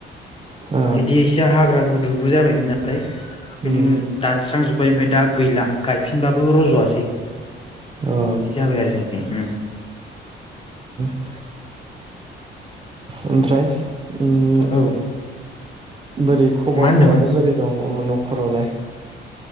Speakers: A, on the right; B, on the left.
A: ओ
B: बिदि एसे हाग्रा गुदु गुजाबायमोनना। फाय बेखायनो
A: उम
B: दानस्रांजोब ओमफाय ओमफाय दा गैला गायफिनबाबो रज'वासै।
A: ओ
B: बिदि जाबाय आरो जोंखै उम।
A: <inaudible> ओमफ्राय उम
B: औ
A: बोरै खबरफोरालाय
B: मा होनदोंमोन
A: बोरै दं उम न'ख हरावलाय